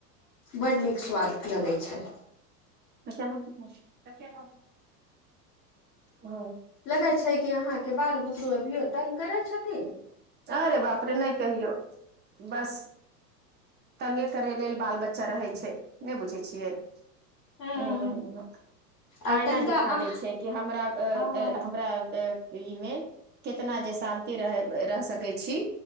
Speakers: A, on the left; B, on the right.
A: बड्ड नीक स्वाद लगै छै।
B: <inaudible> ओ।
A: लगै छै कि अहाँके बाल बुतरू अभियो तंग करै छथिन।
B: आरे बाप रे नय कहियौ बस। तंगे करै लेल बाल बच्चा रहै छै, नै बुझै छियै।
A: हूँ
B: हू
A: आ
B: आईना
A: तनिका
B: दिखा
A: अहाँ
B: दै छै। कि हमरा अ
A: आ
B: ए हमरा अ ई में केतना जे शान्ति रहे ब रहस। कै छी,